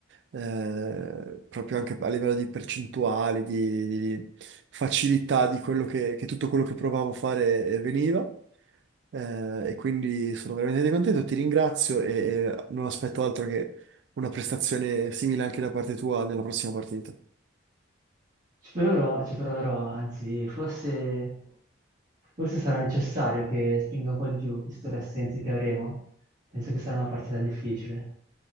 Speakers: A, on the right; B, on the right.
A: eh, proprio anche a livello di percentuali, di, di facilità di quello che, che tutto quello che provavo a fare eh, veniva. Eh, e quindi sono veramente contento, ti ringrazio e, e non aspetto altro che una prestazione simile anche da parte tua nella prossima partita.
B: Ci proverò, ci proverò, anzi, forse, forse sarà necessario che spinga un po' di più, visto le assenze che avremo. Penso che sarà una partita difficile.